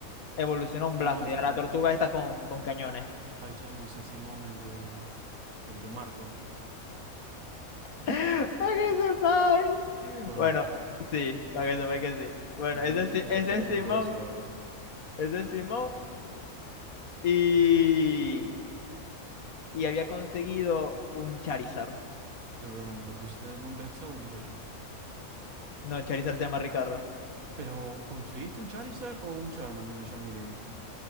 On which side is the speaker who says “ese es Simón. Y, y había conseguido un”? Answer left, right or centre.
Left